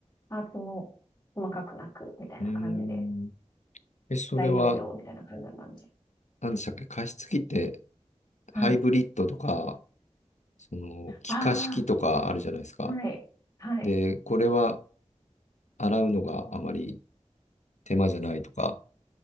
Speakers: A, on the left (about 30°); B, on the left (about 75°).
A: パーツも細かくなく、みたいな感じで、
B: うーん。え、それは、
A: 大容量みたいな感じだったんで。
B: 何でしたっけ加湿器って、
A: はい。
B: ハイブリッドとか、その、気化式とかあるじゃないですか。
A: ああ、はい。はい。
B: で、これは、洗うのがあまり手間じゃないとか、